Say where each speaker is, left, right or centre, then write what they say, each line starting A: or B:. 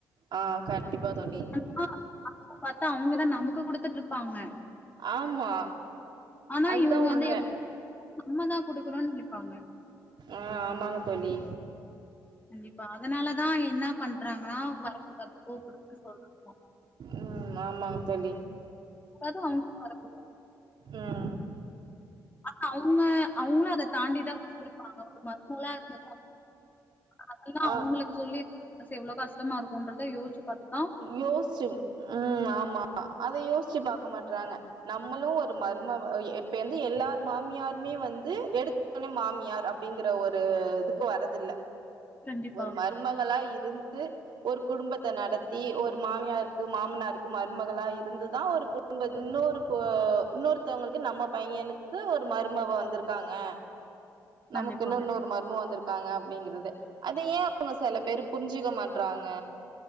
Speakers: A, on the right (about 65°); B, on the left (about 20°).
A: ஆ கண்டிப்பா தோழி
B: அ <inaudible> பாத்தா அவுங்கதா நமக்கு குடுத்துட்டு இருப்பாங்க
A: ஆமா
B: ஆனா
A: அதுதா
B: இவுங்க வந்து
A: உண்ம
B: எப் நம்மதா குடுக்கறோன் நெனைப்பாங்க
A: ஆ ஆமாங்க தோழி
B: கண்டிப்பா அதனாலதா என்னா பண்றாங்கன்னா வரக்கூடாது போக்கூடாதுன்னு சொல்றாங்களா
A: ம் ஆமாங்க தோழி
B: கதுவு வந்து தொறக்கு
A: அ அ
B: ஆமா அவுங்க அவுங்களு அத தாண்டிதா வந்திருப்பாங்க ஒரு மருமகளா இருந்துதா அதெல்லா
A: ஆ
B: அவுங்களுக்கு சொல்லி மனசு எவ்ளோ கஷ்டமா இருக்கும்ன்றத யோசிச்சு பாத்து
A: யோசிச்சு ம் ஆமா ஆமா அத யோசிச்சு பாக்க மாட்றாங்க நம்மளு ஒரு மர்மவ இப்ப வந்து எல்லார் மாமியாருமே வந்து எடுத் தோனே மாமியார் அப்டிங்கற ஒரு இதுக்கு வரதில்ல
B: கண்டிப்பா
A: ஒரு மருமகளா இருந்து ஒரு குடும்பத்த நடத் தி ஒரு மாமியாருக்கு மாமனாருக்கு மருமகளா இருந்துதா ஒரு குடும்ப இன்னொரு அ இன்னொரு த்தவுங்களுக்கு நம்ம பையனுக்கு ஒரு மருமவ வந்துருக்காங்க
B: கண்டிப்பா
A: நமக்குன்னு இன்னொர் மர்மவ வந்துருக்காங்க அப்டிங்கிறது அத ஏ அவுங்க சில பேரு புரிஞ்சுக்க மாட்றாங்க